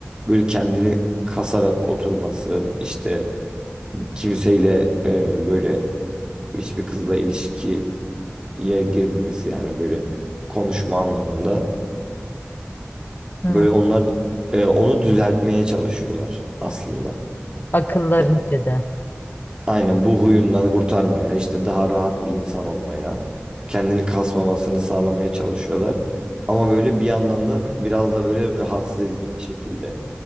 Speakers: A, on the right; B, on the left.
A: Böyle kendini kasarak oturması, işte kimseyle e, böyle hiçbir kızla ilişkiye girmemesi yani böyle konuşma anlamında.
B: Hı.
A: Böyle onlar e, onu düzeltmeye çalışıyorlar aslında.
B: Akıllarınca
A: Yani
B: da.
A: aynen bu huyundan kurtarmaya, işte daha rahat bir insan olmaya, kendini kasmamasını sağlamaya çalışıyorlar. Ama böyle bir yandan da biraz da böyle rahatsız edici bir şekilde